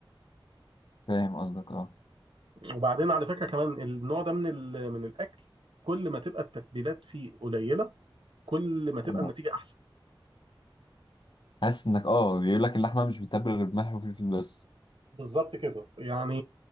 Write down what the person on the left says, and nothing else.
فاهم قصدك اه
آه.
حاسس انك اه بيقول لك اللحمه مش بتتبل غير بملح وفلفل بس